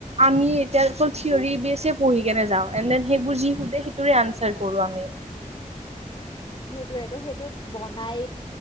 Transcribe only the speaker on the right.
আমি এতিয়া অকল থিয়ৰী বেচে পঢ়ি কেনে যাওঁ এনড দেন সেইবোৰ যি সুধে সেইটোৰে আনচাৰ কৰো আমি।